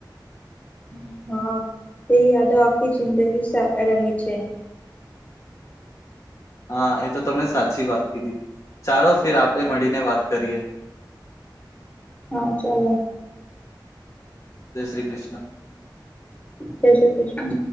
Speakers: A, on the left; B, on the left.
A: અ હા તે યાદો આખી જિંદગી જ રહે છે.
B: હા એ તો તમને સાચી વાત કીધી, ચાલો ફિર આપણે મળીને વાત કરીએ.
A: હા ચાલો.
B: જય શ્રી કૃષ્ણ.
A: જય શ્રી કૃષ્ણ.